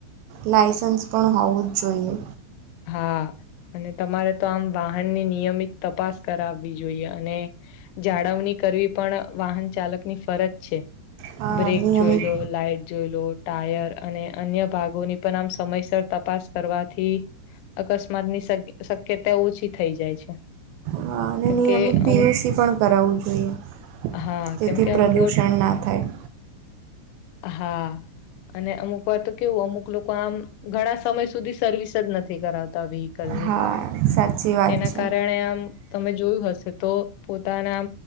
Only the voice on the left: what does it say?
હા અને તમારે તો આમ વાહનની નિયમિત તપાસ કરાવવી જોઈએ અને જાળવણી કરવી પણ વાહન ચાલકની ફરજ છે.
બ્રેક
જોઈ લો લાાઈટ જોઈ લો ટાયર અને અન્ય ભાગોની પણ આમ સમયસર તપ પાસ કરવાથી અકસ્માતની શક્યતા ઓછી થઈ જાય છે
કેમકે
અમુક
હા
કેમકે અમુક
વાર
હા અને અમુક વાર તો કેવું અમુક લોકો આમ ઘણા સમય સુધી સર્વિસ જ નથ તી કરાવતા વહિકલને
તેના
કારણે આમ તમે જોયું હ શે તો પોતાના